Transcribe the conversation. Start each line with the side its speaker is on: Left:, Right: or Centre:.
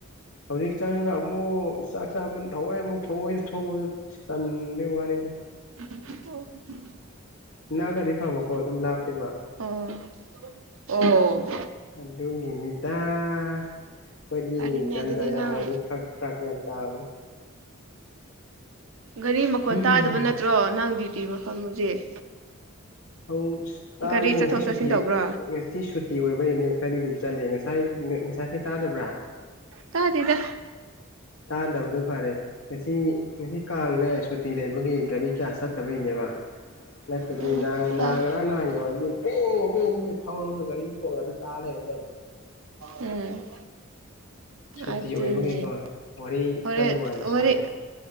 Left: ꯍꯧꯖꯤꯛ ꯆꯪꯉꯒ ꯑꯃꯨꯛ ꯆꯥꯛ ꯆꯥꯕ ꯊꯑꯣꯏ ꯑꯃꯨꯛ ꯊꯑꯣꯏꯅ ꯊꯣꯡꯕ ꯁꯤꯇꯥꯟꯕꯩ ꯋꯥꯅꯤꯗ
Right: ꯍ <inaudible>
Left: ꯅꯥꯒꯗꯤ ꯐꯃꯀꯣ ꯑꯗꯨꯝ ꯂꯥꯞꯄꯦꯕ
Right: ꯑꯣ ꯑꯣ
Left: ꯑꯗꯨꯒꯤꯅꯤꯗ ꯑꯩꯈꯣꯏꯗꯤ
Right: ꯐꯔꯦꯅꯦ
Left: ꯖꯟꯖꯥ
Right: ꯑꯗꯨꯗꯤ
Left: ꯌꯥꯝ
Right: ꯅꯪ
Left: ꯑꯣꯏꯕ ꯐ꯭ꯔꯛ ꯐꯔꯥꯛ ꯌꯥꯝ ꯇꯥꯑꯕꯅꯤꯅꯦ
Right: ꯒꯥꯔꯤ ꯃꯈꯣꯟ
Left: ꯍꯝ
Right: ꯇꯥꯗꯕ ꯅꯠꯇ꯭ꯔꯣ ꯅꯪ ꯗ꯭ꯌꯨꯇꯤ ꯃꯐꯝ ꯍꯧꯁꯛ
Left: ꯍꯧ ꯇꯥꯅꯤ
Right: ꯒꯥꯔꯤ ꯆꯠꯊꯣꯛ
Left: ꯉꯁꯤ ꯁꯨꯤ
Right: ꯆꯠꯁꯤꯟ ꯇꯧꯕ꯭ꯔꯣ
Left: ꯉꯁꯤ ꯁꯨꯇꯤ ꯑꯣꯏꯕꯩꯅꯦ ꯈꯔꯗꯤ ꯑꯗꯨꯝ ꯆꯠꯂꯦ ꯉꯁꯥꯏ ꯉꯁꯥꯏ ꯈꯩ ꯇꯥꯗꯕ꯭ꯔꯥ
Right: ꯇꯥꯗꯦꯗꯥ
Left: ꯇꯥꯗꯕꯗꯨ ꯐꯔꯦ ꯉꯁꯤ ꯉꯁꯤ ꯀꯥꯡꯅꯦ ꯁꯨꯇꯤ ꯂꯩꯕꯒꯤ ꯒꯥꯔꯤ ꯀꯌꯥ ꯆꯠꯇꯕꯩꯅꯦꯕ ꯅꯠꯇꯗꯤꯍ
Right: ꯎꯝ
Left: ꯅꯍꯥꯟ
Right: ꯇꯥꯗꯦ
Left: ꯉꯔꯥꯡ ꯅꯍꯥꯟꯒ ꯍꯥꯏꯗꯤ ꯑꯦꯅꯦꯅꯦ ꯊꯥꯎꯔꯒ ꯀꯒꯥꯔꯤ ꯀꯔ ꯇꯥꯜꯂꯦ ꯍꯥꯏꯦꯟꯗꯕꯅꯤ
Right: ꯎꯝ
Left: ꯁꯨꯇꯤ
Right: ꯑꯗꯨꯅꯦ
Left: ꯑꯣꯏꯕꯒꯤꯀꯣ ꯋꯥꯔꯤ
Right: ꯍꯣꯔꯦꯟ
Left: ꯈꯔ ꯅꯨꯡꯉꯥꯏꯅ ꯁꯥꯕ
Right: ꯋꯥꯔꯤ